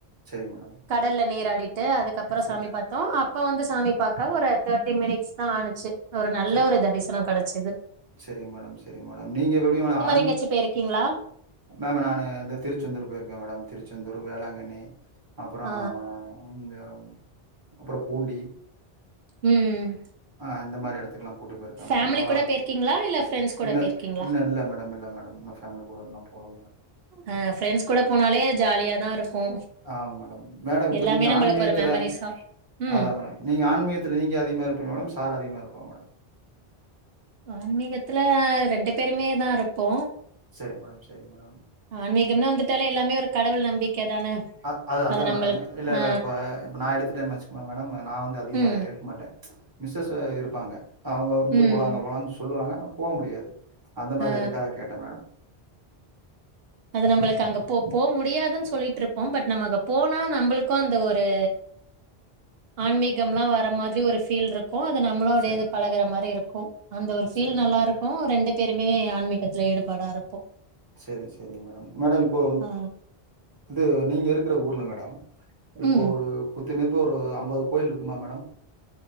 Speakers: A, on the right (about 20°); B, on the right (about 75°).
A: சரிங் மேடம்
B: கடல்ல நீராடிட் டு அதுக்கப்பறோ
A: சரி
B: சாமி
A: அதுக்கப்புறம்
B: பாத்தோ அப்ப வந்து சாமி பாக்க ஒரு தேர்ட்டி மினிட்ஸ் தா ஆனுச்சு ஒரு நல்ல
A: சரி
B: ஒரு தரிசனோ கெடச்சது
A: சரிங் மேடம் சரிங் மேடம் நீங்க எப்டி மேடம் ஆன்
B: எங்கச்சி பேய்ருக்கீங்ளா
A: மேம் நா இந்த திருச்செந்தூர் போயிருக்கே மேடம் திருச்செந்தூர் வேளாங்கண்ணி அப்பறோ
B: ஆ
A: இந்த அப்பறோ பூண்டி
B: ம் ம்
A: ஆ இந்த மாரி எடத்துக்லா கூட்டு போயிருக்க
B: ஃபேமிலி
A: மேடம் நா
B: கூட போயிருக்கீங்களா இல்ல ஃப்ரெண்ட்ஸ் கூட
A: இல்ல
B: போயிருக்கீங்களா
A: இல்லல்ல மேடம் இல்ல மேடம் பேமில கூடனா போல மேடம் ஆ
B: அ ஃப்ரெண்ட்ஸ் கூட போனாலே ஜாலியாதா இருக்கு
A: ஆம் மேடம் மேடம் இப்போ
B: எல்லாமே
A: நீங்க
B: நம்மளுக்கு
A: ஆன்மீகத்துல
B: ஒரு மெமரிஸா ம்
A: அதா மேடம் நீங்க ஆன்மீகத்ல நீங்க அதிகமா இருப்பிங்களாடம் சார் அதிகமா இருப்பா மேடம்
B: ஆன்மீகத்துல ரெண்டு பேருமே தா இருப்போ
A: சரிங்க மேடம் சரிங் மேடம்
B: ஆன்மீகம்னு
A: ஆன்மீகம்
B: வந்துட்டாலே எல்லாமே ஒரு கடவுள் நம்பிக்க தான
A: அ அது அதுதா
B: நம்மளுக்கு
A: மேடம் இல்ல இல்ல
B: ஆ
A: இப்போ இப்போ நா எடுத்துட்டே வச்சுக்கோங்க மேடம் நா வந்து அதிகமா
B: ம்
A: இருக்கமாட்டே மிஸ்ஸஸ் இருப்பாங்க அவங்க இங்க
B: ம்
A: போலா அங்க போலானு சொல்லுவாங்க போ முடியாது அந்த மாரி
B: ஆ
A: எதுக்காக கேட்ட மேடம்
B: அது நம்மளுக்கு அங்க போ போ முடியாதுனு சொல்லிட்ருப்போம் பட் நம்ம அங்க போனா நம்மளு க் அந்த ஒரு ஆன்மீகம்லா வர மாதிரி ஒரு ஃபீல் இருக்கு அது நம்மளோடையே
A: சரி சரி
B: பழகுற மாரி இருக்கு அந்த ஒரு ஃபீல்
A: சேரி
B: நல்லாருக்கு
A: மேடம்
B: ரெண்டு பேருமே ஆன்மீகத்துல ஈடுபாடா இருப்போ
A: சேரி சேரிங்க மேடம் மேடம் இப்போ
B: ஆ
A: வந்து நீங்க இருக்குற ஊர்ல மேடம் இப்போ
B: ம்
A: ஒரு குத்துமதிப்பா ஒரு அம்பது கோயில் இருக்குமா மேடம்